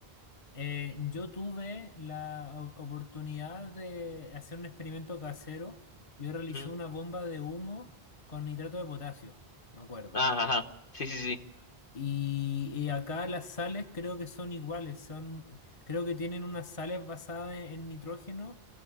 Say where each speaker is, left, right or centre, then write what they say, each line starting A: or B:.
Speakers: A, on the left; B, on the left.
A: Eh, yo tuve la o- oportunidad de hacer un experimento casero. Yo realicé
B: Ujú.
A: una bomba de humo con nitrato de potasio, me acuerdo.
B: Ah, ajá. Sí, sí, sí.
A: Y, y acá las sales creo que son iguales, son, creo que tienen unas sales basadas en, en nitrógeno,